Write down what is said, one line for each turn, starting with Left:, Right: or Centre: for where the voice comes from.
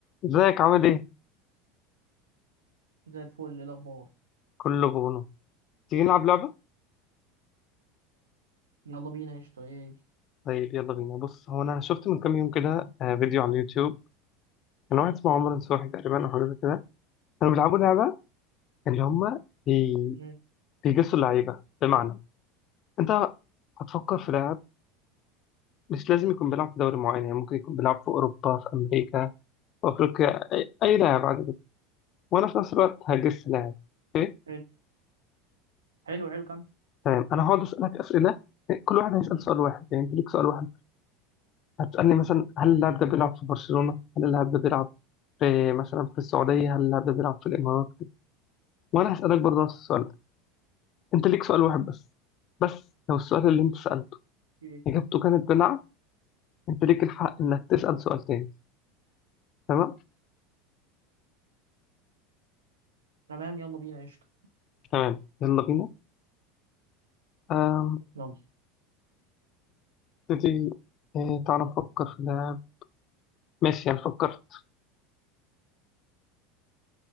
Left: ازيك عامل ايه؟
Right: زي الفل إيه الأخبار
Left: كله بونو تيجي نلعب لعبة؟
Right: يلا بينا قشطة إيه
Left: طيب يلا بينا بص هو انا شفت من كام يوم كده آه، فيديو على اليوتيوب كان واحد اسمه عمر نصوحي تقريبا او حاجة زي كده كانوا بيلعبوا لعبة اللي هم بي...
Right: مم.
Left: بيجسوا اللعيبة بمعنى انت هتفكر في لاعب مش لازم يكون بيلعب في دوري معين يعني ممكن يكون بيلعب في اوروبا في امريكا في افريقيا اي, أي لاعب عادي جدا وانا في نفس الوقت هجس لاعب اوكي
Right: حلو حلو حلو كم
Left: تمام انا هقعد اسالك اسئلة كل واحد هيسال سؤال واحد يعني انت ليك سؤال واحد هتسألني مثلا هل اللاعب
Right: مم.
Left: ده بيلعب في برشلونة؟ هل اللاعب ده بيلعب في مثلا في السعودية؟ هل اللاعب ده بيلعب في الإمارات؟ وأنا هسألك برضه نفس السؤال ده، أنت ليك سؤال واحد بس، بس لو السؤال اللي أنت سألته
Right: ايه
Left: إجابته كانت بنعم، أنت ليك الحق إنك تسأل سؤال تاني، تمام؟
Right: تمام يلا بينا قشطة
Left: تمام، يلا بينا، آم،
Right: يلا
Left: نبتدي آه، تعالى نفكر في اللاعب، ماشي أنا فكرت،